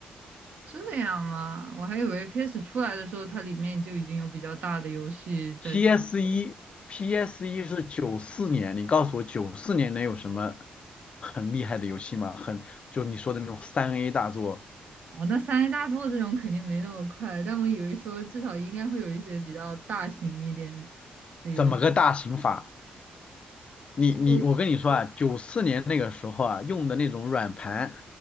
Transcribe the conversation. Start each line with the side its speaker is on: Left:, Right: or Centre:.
Right: 这样吗？我还以为 PS 出来的时候，它里面就已经有比较大的游戏在上面。
Left: PS 一，PS 一是九四年，你告诉我九四年能有什么很厉害的游戏吗？很，就你说的那种三 A 大作，
Right: 哦，那三 A 大作这种肯定没那么快，但我以为说至少应该会有一些比较大型一点的游戏，
Left: 怎么个大刑法？你你，
Right: 就
Left: 我跟你说啊，九四年那个时候啊，用的那种软盘，